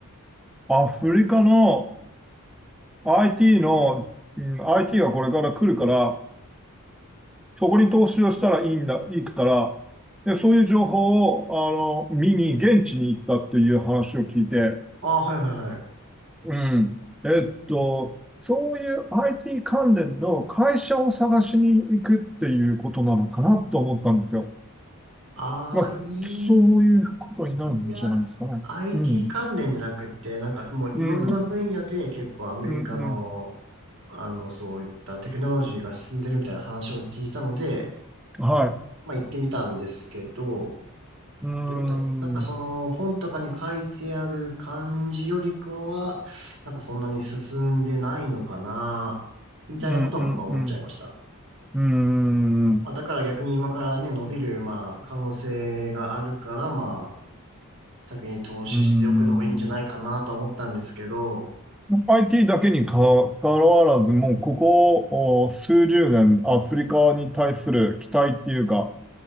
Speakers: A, in the centre; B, on the right (about 60°).
A: アフリカの IT の、うん、IT がこれから来るから、そこに投資をしたらいいんだ、いいから、で、そういう情報を、あの、見に、現地に行ったっていう話を聞いて、
B: ああ、はいはいはい。
A: うん。えっと、そういう IT 関連の会社を探しに行くっていうことなのかなと思ったんですよ。
B: ああ、
A: まあ、
B: い
A: そういうことになるんじゃないですかね。
B: いや、IT
A: うん。
B: 関連じゃなくて、なんかもういろんな分野で結構アメリカの、
A: うん。うんうん。
B: あの、そういったテクノロジーが進んでるみたいな話を聞いたので、
A: はい。
B: まあ行ってみたんですけど、
A: うーん。
B: どうだろう。なんかその本とかに書いてある感じよりかは、
A: うん
B: なんかそんなに進んでないのかな、みたいなことは僕は思っちゃいました。
A: うんうん。うーん。
B: まあだから逆に今からね、伸びる、まあ可能性があるから、まあ先に投資しておくのもいいんじゃないかなとは思ったんですけど、
A: うーん。IT だけにかかわらず、もうここお数十年、アフリカに対する期待っていうか、